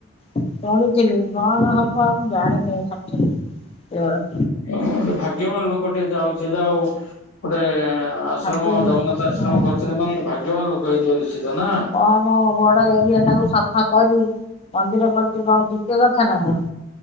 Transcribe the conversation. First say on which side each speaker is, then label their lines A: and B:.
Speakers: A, on the left (about 25°); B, on the left (about 70°).
A: ଶଣିୁଥିଲି କଣ ହବ ଆ ମୁଁ ଜାଣିନି ସଠିକ ଉତର।
B: ଗୋଟେ ଭାଗ୍ୟବାନ ଲୋକ ଟେ ଯାଉ ସେ ଯାଉ ଗୋଟେ ଆ ଆଶ୍ରମ
A: ହଁ
B: ଜଗନ୍ନାଥ ଆଶ୍ରମ କରିଛନ୍ତି ମାନେ ଗୋଟେ ଭାଗ୍ୟବାନ ଲୋକ ହେଇଥିବ ନିଶ୍ଚିତ ନା?
A: ଆମ ବଡ ଏରିଆଟାକୁ ସଫା କରି ମନ୍ଦିର କରଛି, କଣ ଟିକେ କଥା ନା କଣ?